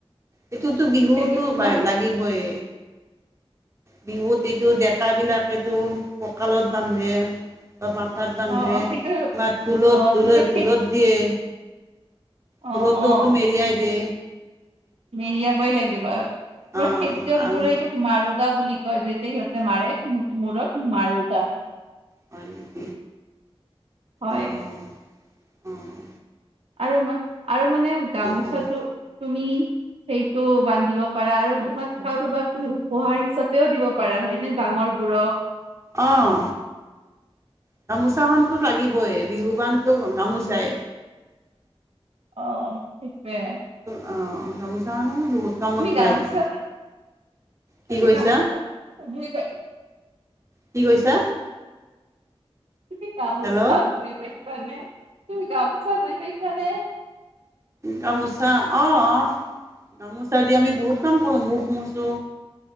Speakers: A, on the right; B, on the right.
A: এইটোতো বিহুতো
B: সেইটোক তোমাক
A: লাগিবই। বিহুত এইটো ডেক বিলাক এইটো কঁকালত বান্ধে আাথাত বান্ধে
B: অ অ সেইটো
A: বা ঢোলত
B: অ
A: ঢোলত
B: তেতিয়া খেত
A: ঢোলত দিয়ে
B: অ
A: ফুলতো
B: অ
A: তোম মেৰিয়াই দে
B: মেৰিয়াবই লাগিব তোমাৰ
A: অ',
B: খেতিয়ক
A: আৰু
B: বো এইটোক মাৰো বুলি কয় যেতিয়া সিহঁতে মাৰে মোৰৰত মাৰোগা
A: হয়ক
B: হয়
A: আহ আহ
B: আৰু ম আৰু মানে গামোচাটো
A: লাগে
B: তুমি সেইটো বান্ধিব পাৰা আৰু তোমাক কাৰোবাক তুমি উপহাৰ হিচাপেও দিব পাৰা হয় নে, ডাঙৰ বোৰক
A: আহ! গামোচাখনতো লাগিবই বিহু বানতটো গামোচাই
B: অ সেইটোয়ে
A: <unintelligible> ন বহুত কামত
B: গামোচা
A: লাগে কি
B: তুমি
A: কৰিছা।
B: গামোচা বুজি পাই
A: কি কৈছা?
B: তুমি গামোচব
A: হেল্ল'
B: বুি পাইছানে তুমি গামোচা বি পাইছানে?
A: গামোচা আহ গামোচা দি আমি বহুত কাম কৰোঁ মখ মোচা